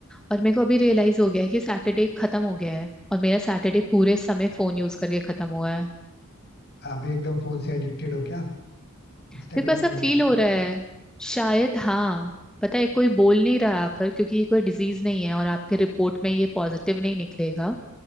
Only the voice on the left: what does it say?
आप भी एकदम फोन से एडिक्टेड हो क्या Instagram
reels